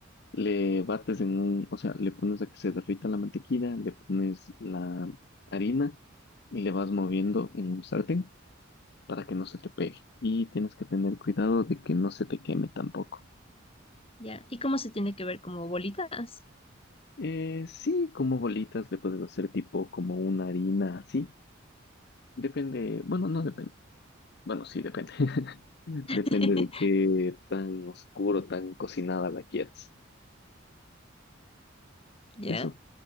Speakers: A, on the left; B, on the left.
A: Le bates en un, o sea, le pones a que se derrita la mantequilla, le pones la harina y le vas moviendo en un sartén para que no se te pegue. Y tienes que tener cuidado de que no se te queme tampoco.
B: Ya, ¿y cómo se tiene que ver? ¿Como bolitas?
A: Eh, sí, como bolitas le puedes hacer tipo como una harina así. Depende, bueno, no depende. Bueno, sí, depende. <laughs> Depende
B: <laughs>
A: de qué tan oscuro, tan cocinada la quieras.
B: ¿Ya?
A: Eso.